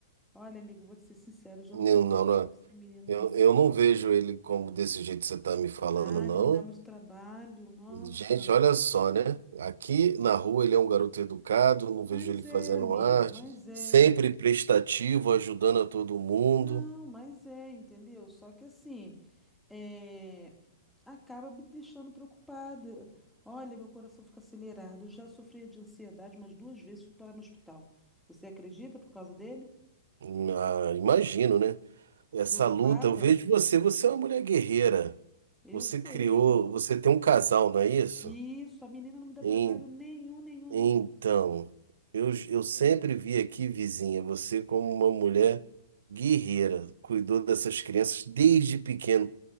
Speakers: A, in the centre; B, on the right (about 60°).
A: Olha, amigo, vou te ser sincero, eu já
B: Não,
A: não sei mais
B: não,
A: o que
B: não.
A: fazer com esse menino, não.
B: Eu, eu não vejo ele como desse jeito que você está me falando,
A: Ah,
B: não.
A: ele me dá muito trabalho, nossa.
B: Gente, olha só, né? Aqui na rua ele é um garoto educado, não vejo
A: Mas
B: ele
A: é,
B: fazendo
A: amigo,
B: arte,
A: mas é.
B: sempre prestativo, ajudando a todo mundo.
A: Não, mas é, entendeu? Só que assim, é, acaba me deixando preocupada. Olha, meu coração fica acelerado. Eu já sofri de ansiedade umas duas vezes, fui parar no hospital. Você acredita por causa dele?
B: Hum, Ah, imagino, né? Essa
A: Preocupada?
B: luta, eu vejo você, você é uma mulher guerreira.
A: Eu
B: Você
A: sei.
B: criou, você tem um casal, não é isso?
A: Isso, a menina não me dá
B: Em-
A: trabalho nenhum, nenhum,
B: Então,
A: nenhum.
B: eu, eu sempre vi aqui, vizinha, você como uma mulher guerreira, cuidou dessas crianças desde pequeno.